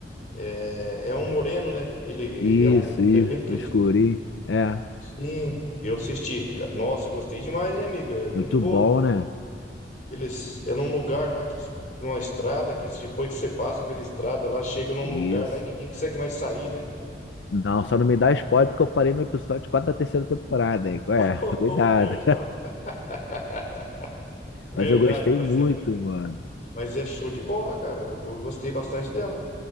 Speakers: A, on the left (about 45°); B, on the left (about 85°).
A: é, é um moreno, né? Ele
B: isso,
A: é um, ele
B: isso.
A: é bem pretinho.
B: O Escuri. É,
A: Sim, eu assisti, cara. Nossa, gostei demais, hein, amiga? É muito
B: muito
A: boa.
B: bom, né?
A: Eles é num lugar lá que numa estrada que depois que você passa pela estrada lá chega num
B: Isso.
A: lugar lá e ninguém consegue mais sair, né? <laughs>
B: Não, só não me dá spoiler porque eu parei no episódio 4 da terceira temporada, hein? Qual
A: Oh,
B: é? <laughs> Cuidado.
A: oh, perdão. <laughs> Verdade,
B: Mas eu gostei
A: mas
B: muito,
A: é muito,
B: mano.
A: mas é show de bola, cara. Eu gostei bastante dela.